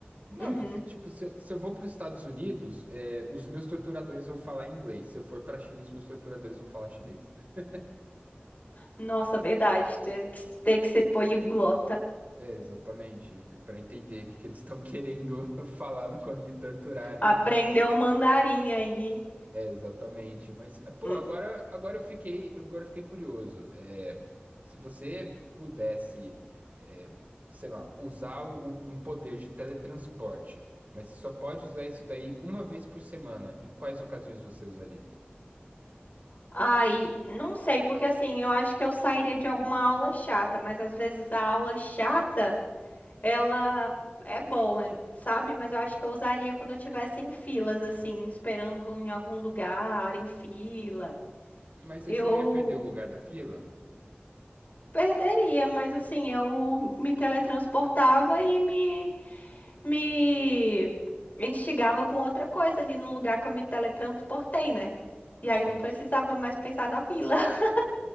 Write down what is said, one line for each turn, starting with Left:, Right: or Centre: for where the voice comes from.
Right: Mano,
Left: Uhum.
Right: s- tipo, se eu, se eu vou pros Estados Unidos, é, os meus torturadores vão falar inglês. Se eu for pra China, os meus torturadores vão falar chinês. <laughs>
Left: Nossa, verdade. Ter que, ter que ser poliglota.
Right: É, exatamente. Pra entender o que, que eles estão querendo <laughs> falar quando me torturarem.
Left: Aprender
Right: <laughs>
Left: o mandarim aí.
Right: É, exatamente. Mas, pô,
Left: Hum.
Right: agora, agora eu fiquei, agora eu fiquei curioso. É, se você pudesse, é, sei lá, usar um, um um poder de teletransporte, mas você só pode usar isso daí uma vez por semana, em quais ocasiões você usaria?
Left: Ai, não sei, porque assim, eu acho que eu sairia de alguma aula chata, mas às vezes a aula chata. Ela é boa, hein, sabe? Mas eu acho que eu usaria quando eu estivesse em filas, assim, esperando em algum lugar, em fila.
Right: Mas
Left: Eu
Right: aí você não ia perder o lugar da fila?
Left: perderia, mas assim, eu me teletransportava e me, me instigava com outra coisa ali no lugar que eu me teletransportei, né? E aí
Right: Entendi.
Left: não precisava mais pensar na fila. <laughs>